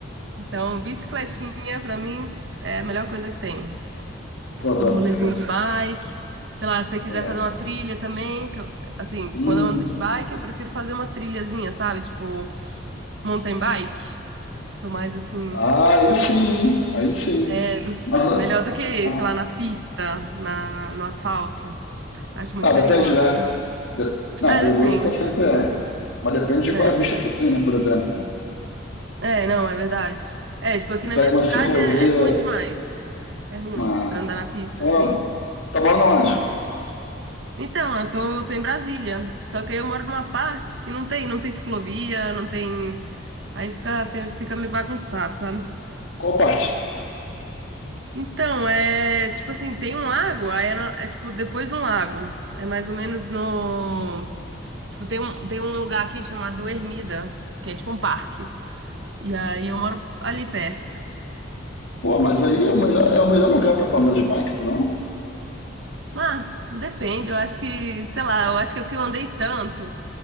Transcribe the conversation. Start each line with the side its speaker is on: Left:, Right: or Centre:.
Right: Então, bicicletinha pra mim é a melhor coisa que tem.
Left: Eu adoro
Right: um rolezinho
Left: bicicleta.
Right: de bike. Sei lá, se você quiser
Left: É.
Right: fazer uma trilha também, que eu- assim,
Left: Hum.
Right: quando eu ando de bike, eu prefiro fazer uma trilhazinha, sabe? Tipo, mountain bike. Sou mais assim,
Left: Ah, aí sim, hein? Aí sim.
Right: é
Left: Mas.
Right: melhor do que,
Left: Ah,
Right: sei lá, na pista, na, na- no asfalto. Acho muito
Left: ah, depende,
Right: perigoso,
Left: né?
Right: sei lá.
Left: De... Não,
Right: É,
Left: perigoso
Right: depende,
Left: tá sempre é. Mas depende de
Right: né?
Left: qual vista que você tem, né? Por exemplo, né?
Right: É, não, é verdade. É, tipo, aqui
Left: Você
Right: na
Left: pega
Right: minha
Left: uma
Right: cidade
Left: ciclovia,
Right: é, é ruim demais. É ruim
Left: uma.
Right: pra andar na pista,
Left: São
Right: assim.
Left: Paulo, tá morando onde?
Right: Então, eu tô, tô em Brasília. Só que aí eu moro numa parte que não tem, não tem ciclovia, não tem Aí fica, fe- fica meio bagunçado, sabe?
Left: Qual parte?
Right: Então, é tipo assim, tem um lago, aí é, no- é, tipo depois de um lago. É mais ou menos no. Tipo, tem um, tem um lugar aqui chamado Ermida, que é tipo um parque. E aí eu moro ali perto.
Left: Pô, mas aí é o melhor, é o melhor lugar pra tu andar de bike, por não?
Right: Mas, depende, eu acho que, sei lá, eu acho que é porque eu andei tanto,